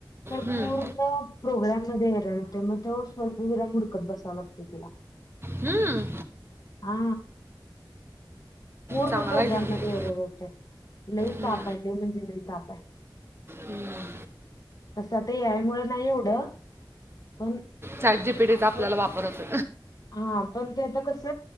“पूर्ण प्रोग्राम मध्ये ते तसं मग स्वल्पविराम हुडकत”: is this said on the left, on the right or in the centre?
Left